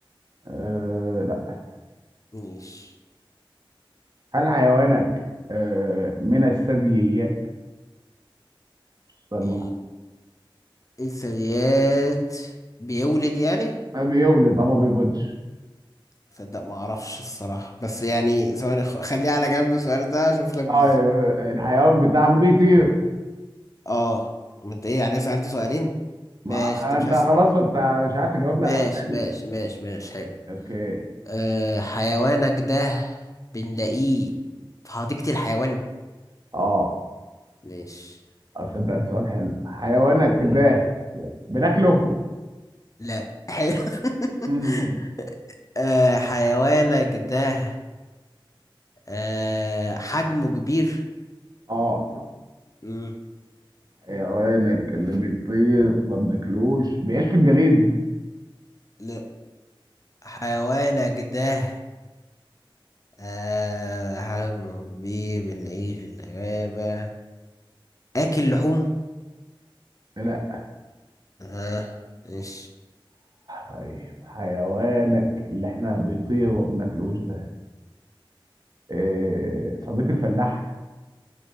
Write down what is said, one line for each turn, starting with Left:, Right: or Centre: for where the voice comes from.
Right: آه لا
Left: ماشي
Right: هل حيوانك آه من الثدييات سؤال
Left: ال- الثدييات بيولد يعني
Right: بيولد اه ما بيبيضش
Left: صدق ما اعرفش الصراحة بس يعني ثواني خ- خليه على جنب السؤال ده اشوف لك بالظبط
Right: اه الحيوان بتاعك بيطير
Left: اه ما انت ايه يعني سألت سؤالين
Right: ما
Left: ماشي انت
Right: انت
Left: مش هسأل
Right: خلاص ما انت مش عارف تجاوبني
Left: ماشي
Right: على
Left: ماشي
Right: وداني
Left: ماشي ماشي حلو
Right: اوكي
Left: أه حيوانك ده بنلاقيه في حديقة الحيوان
Right: اه
Left: مش
Right: اصدق ده سؤال حلو حيوانك ده بناكله
Left: لا حلو
Right: مم.
Left: <laughs> أه حيوانك ده أه حجمه كبير
Right: اه
Left: مم.
Right: حيوانك اللي بيطير ما بناكلوش بيعيش في الجليد
Left: لا حيوانك ده أه حجمه كبير بنلاقيه في الغابة أكل لحوم
Right: لا
Left: أه مش
Right: طيب حيوانك اللي احنا بيطير وما بناكلوش ده إيه صديق الفلاح